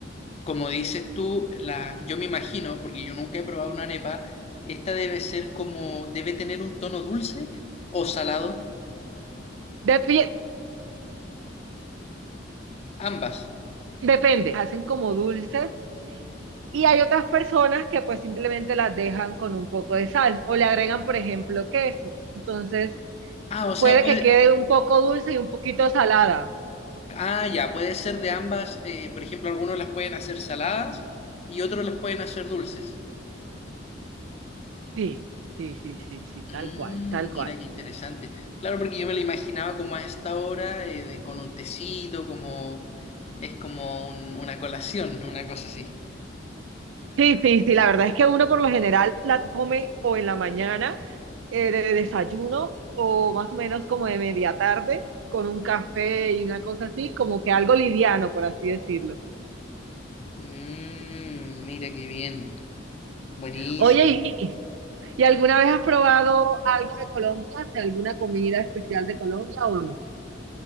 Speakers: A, on the left; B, on the right.
A: Como dices tú, la, yo me imagino, porque yo nunca he probado una arepa, esta debe ser como, debe tener un tono dulce o salado,
B: Dep-
A: ambas.
B: depende, hacen como dulces y hay otras personas que pues simplemente las dejan con un poco de sal o le agregan, por ejemplo, queso. Entonces
A: Ah, o sea,
B: puede
A: puede,
B: que quede un poco dulce y un poquito salada.
A: ah, ya, puede ser de ambas, eh, por ejemplo, algunos las pueden hacer saladas y otros las pueden hacer dulces.
B: Sí, sí, sí, sí, sí,
A: Mm,
B: tal cual, tal
A: mira
B: cual.
A: qué interesante. Claro, porque yo me la imaginaba como a esta hora, eh, de- con un tecito, como, es como un- una colación, <laughs> una cosa así.
B: Sí, sí, sí, la verdad es que uno por lo general la come o en la mañana eh, de desayuno o más o menos como de media tarde con un café y una cosa así, como que algo liviano, por así decirlo.
A: Mm, mira qué bien. Buenísimo.
B: Oye, ¿y, y- y alguna vez has probado algo de Colombia, ¿Hace alguna comida especial de Colombia o no?